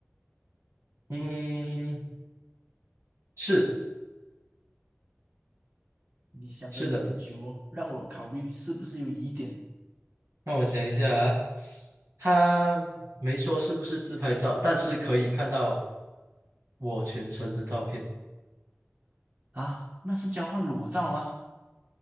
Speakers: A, on the right (about 70°); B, on the right (about 35°).
A: 嗯，是
B: 你想的有点久哦，
A: 是的，
B: 让我考虑是不是有疑点
A: 让我想一下啊，他没说是不是自拍照，但是可以看到我全身的照片，
B: 啊？那是交换裸照吗？